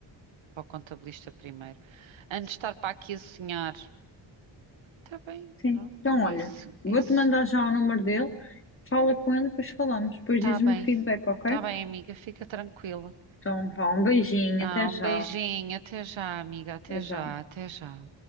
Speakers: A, on the right (about 75°); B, on the left (about 25°).
A: para o contabilista primeiro. Antes de estar para aqui a sonhar. Tá bem,
B: Sim.
A: pronto,
B: Então,
A: é
B: olha,
A: isso,
B: vou-te
A: é isso.
B: mandar já o número dele, fala com ele depois falamos. Depois
A: Tá
B: dizes-me
A: bem,
B: o feedback, ok?
A: tá bem, amiga, fica tranquila.
B: Então, vá, um beijinho,
A: Ah,
B: até
A: um
B: já.
A: beijinho, até já, amiga, até
B: Até
A: já,
B: já.
A: até já.